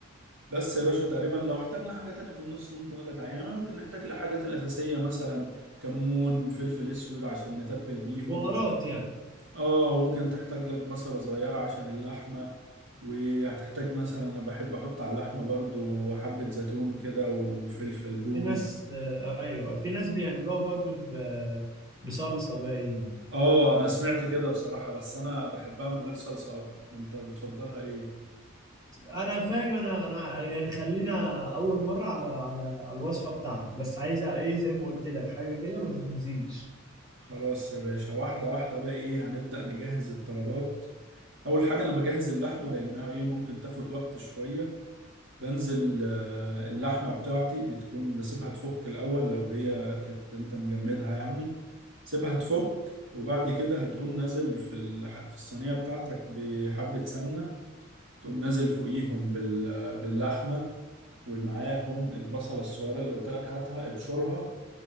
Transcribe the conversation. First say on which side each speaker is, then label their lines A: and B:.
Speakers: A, on the right; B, on the right.
A: بس يا باشا تقريبا لو احتاجنا حاجه تانية في النص ممكن اقول لك عليها يعني ممكن نحتاج الحاجات الاساسيه مثلا كمون فلفل اسود عشان نتبل بيهم
B: بهارات يعني
A: اه ممكن تحتاج لك بصله صغيره عشان اللحمه وهتحتاج مثلا انا بحب احط على اللحمه برضو حبه زيتون كده وفلفل رومي
B: في ناس آه، ايوه في ناس بيعملوها برضو ب- بصلصه باين
A: اه انا سمعت كده بصراحه بس انا بحبها من غير صلصه اكتر انت بتفضلها ايه
B: انا فاهم انا انا يعني خلينا اول مره على على على الوصفه بتاعتك بس عايزه ايه زي ما قلت لك حاجه كده ما تتنسيش
A: خلاص يا باشا واحده واحده بقى ايه هنبدا نجهز الطلبات اول حاجه انا بجهز اللحمه لانها ايه ممكن تاخد وقت شويه بنزل آه، اللحمة بتاعتي بتكون بسيبها تفك الأول لو هي كانت أنت مجمدها يعني سيبها تفك وبعد كده هتقوم نازل في الح- في الصينية بتاعتك بحبة سمنة تقوم نازل فوقيهم بال- باللحمة ومعاهم البصلة الصغيرة اللي قلت لك هاتها ابشرها